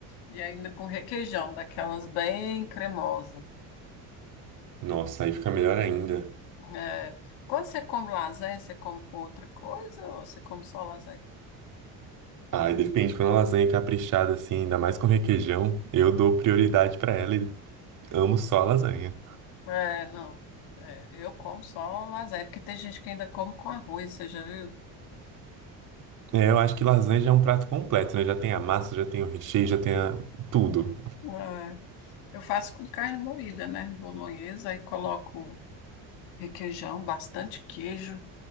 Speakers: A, on the left; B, on the right.
A: E ainda com requeijão, daquelas bem cremosa.
B: Nossa, aí fica melhor ainda.
A: É, Quando você come lasanha, você come com outra coisa ou você come só lasanha?
B: Ai, depende, quando a lasanha é caprichada assim, ainda mais com requeijão, eu dou prioridade pra ela e amo só a lasanha.
A: É, não. É, eu como só lasanha, porque tem gente que ainda come com arroz, você já viu?
B: É, eu acho que lasanha já é um prato completo, né? Já tem a massa, já tem o recheio, já tem a... tudo.
A: É, eu faço com carne moída, né? Bolonhesa, aí coloco. requeijão, bastante queijo